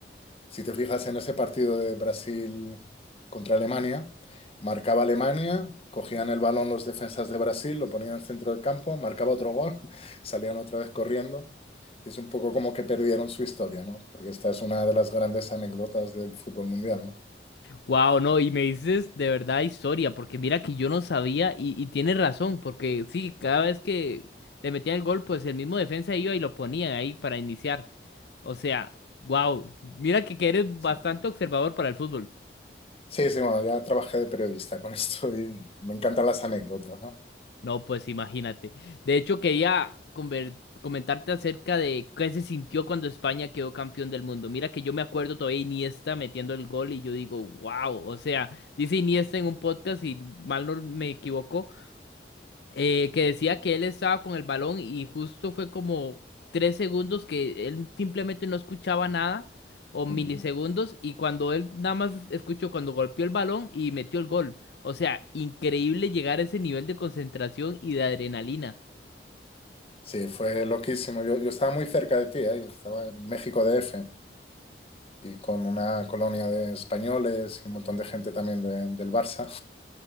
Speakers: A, on the left; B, on the left.
A: Si te fijas en ese partido de Brasil contra Alemania, marcaba Alemania, cogían el balón los defensas de Brasil, lo ponían al centro del campo, marcaba otro gol, <laughs> salían otra vez corriendo es un poco como que perdieron su historia, ¿no? Porque esta es una de las grandes anécdotas del fútbol mundial, ¿no?
B: wow, no, y me dices de verdad historia, porque mira que yo no sabía y, y tienes razón, porque sí, cada vez que le metían el gol, pues el mismo defensa iba y lo ponían ahí para iniciar. O sea, wow, mira que, que eres
A: Eso.
B: bastante observador para el fútbol.
A: Sí, sí, bueno, ya trabajé de periodista con <laughs> esto y me encantan las anécdotas, ¿no?
B: No, pues imagínate. De hecho, quería conver- comentarte acerca de qué se sintió cuando España quedó campeón del mundo. Mira que yo me acuerdo todavía Iniesta metiendo el gol y yo digo, wow, o sea, dice Iniesta en un podcast y mal no me equivoco eh, que decía que él estaba con el balón y justo fue como tres segundos que él simplemente no escuchaba nada o milisegundos
A: Ujú.
B: y cuando él nada más escuchó cuando golpeó el balón y metió el gol. O sea, increíble llegar a ese nivel de concentración y de adrenalina.
A: Sí, fue loquísimo. Yo, yo estaba muy cerca de ti, ¿eh? Yo estaba en México DF y con una colonia de españoles y un montón de gente también de- del Barça.